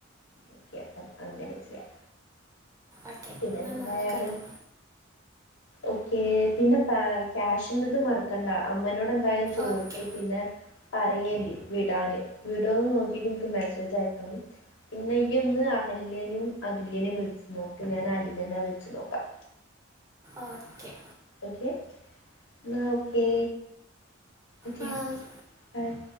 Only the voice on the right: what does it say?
ഓക്കെ
എന്നാൽ
നാളെ കാണാം
ഓക്കെ
ഓക്കെ
ബൈ